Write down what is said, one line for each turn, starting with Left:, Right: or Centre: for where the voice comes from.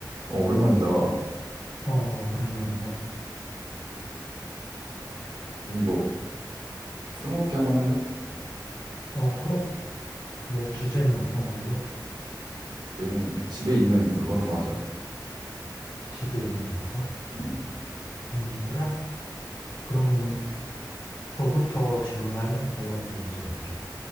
Right: 어, 오랜만이다. 어,
Left: 어, 오랜만이네.
Right: 얘는 뭐, 스무고개 한번 할래?
Left: 어, 그래? 뭐, 주제는 어떤 걸로?
Right: 주제는 집에 있는 물건으로 하자.
Left: 집에 있는 물건?
Right: 음,
Left: 음, 그래? 그러면은,
Right: 어,
Left: 너부터 질문할래? 내가 먼저 문제 낼게.